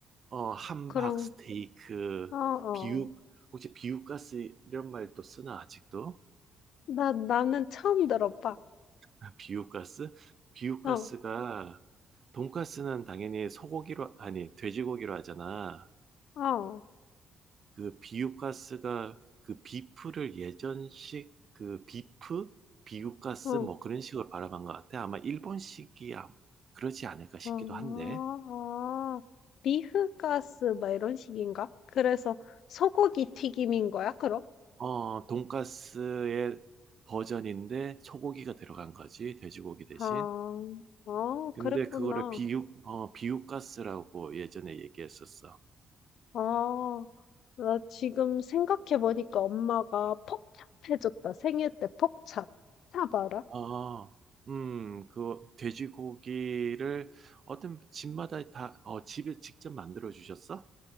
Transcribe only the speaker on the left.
그런,
어, 어.
어.
나, 나는 처음 들어봐.
어,
어,
어,
어, 어.
리흐가스, 막 이런 식인가? 그래서 소고기 튀김인 거야, 그럼?
아, 어,
그랬구나.
아, 나 지금 생각해 보니까 엄마가 퍽찹 해줬다. 생일 때 퍽찹. 찹 알아?